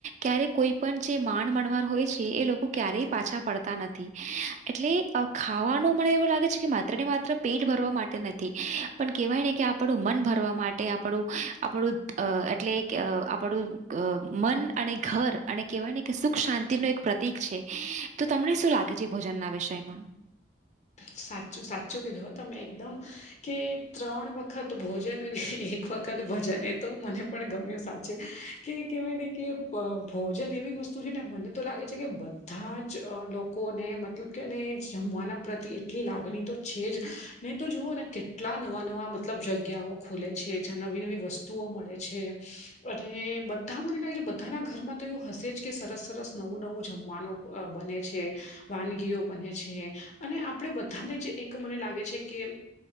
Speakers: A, on the right (about 40°); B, on the left (about 40°).
A: ક્યારે કોઈ પણ જે માણ મણવાર હોય છે એ લોકો ક્યારેય પાછા પડતા નથી એટલે અ ખાવાનું મને એવું લાગે છે કે માત્ર ને માત્ર પેટ ભરવા માટે નથી પણ કેહેવાય ને કે આ આપડું મન ભરવા માટ તે આપણું આપણું અ એટલે આપણું અ મન અને ઘર. અને કહેવાય ને કે સુખ શાંતિનુ એક પ્રતિક છે તો તમને શું લાગે છે ભોજનના વિષયમાં.
B: સાચું સાચું કીધું હો તમે એકદમ. કે ત્રણ વખત ભોજન અને એક વખત ભજન એ તો મને પણ ગમ્યું સાચે. કે કહેવાય ને કે પ ભોજન એવી વસ્તુ છે ને મને તો લાગે છે કે બધા જ અ લોકો કોને મતલબ કેને જમવાના પ્રતિ એટલી લાગણી તો છે જ નહી તો જુઓ ને કેટલા નવા-નવા મતલબ જગ્યાઓ ખુલે છે જ્યાં નવી-નવી વસ્તુઓ મળે છે. અને બધા મને લાગે છે બધાના ઘરમાં તો એવું હશે જ કે સરસ-સરસ નવું નવું જમવાનું. અ બને છે વાનગીઓ બને છે. છે અને આપણે બધાને જ એક મને લાગે છે કે